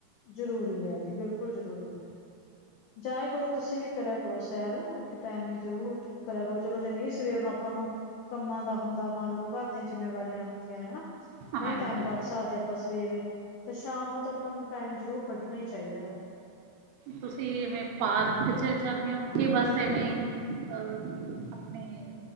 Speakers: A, on the left; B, on the right.
A: ਜ਼ਰੂਰੀ ਹੈ ਜੀ ਬਿਲਕੁਲ ਜ਼ਰੂਰੀ ਹੈ ਜਾਆ ਕਰੋ ਤੁਸੀਂ ਵੀ ਕਰਿਆ ਕਰੋ ਸੈਰ ਇੱਕ ਟਾਈਮ ਹੀ ਜ਼ਰੂਰ ਕਰਿਆ ਕਰੋ ਚਲੋ ਜੇ ਨਹੀਂ ਸਵੇਰ ਨੂੰ ਆਪਾਂ ਨੂੰ ਕੰਮਾਂ ਦਾ ਹੁੰਦਾ ਮੰਨ ਲਓ ਘਰ ਜਿੰਮੇਵਾਰੀਆਂ ਹੁੰਦੀਆਂ ਨੇ ਹਨਾ
B: ਹਾਂਜੀ
A: ਨਹੀਂ ਟਾਈਮ ਕੱਢ ਸਕਦੇ ਆਪਾਂ ਸਵੇਰੇ ਤੇ ਸ਼ਾਮ ਨੂੰ ਤਾਂ ਆਪਾਂ ਨੂੰ ਟਾਈਮ ਜ਼ਰੂਰ ਕੱਢਣਾ ਹੀ ਚਾਹੀਦਾ ਹੈਗਾ।
B: ਤੁਸੀਂ ਐਵੇਂ ਪਾਰਕ ਚ ਜਾਂਦੇ ਹੋ ਕਿ ਬਸ ਐਵੇਂ ਅਹ ਆਪਣੇ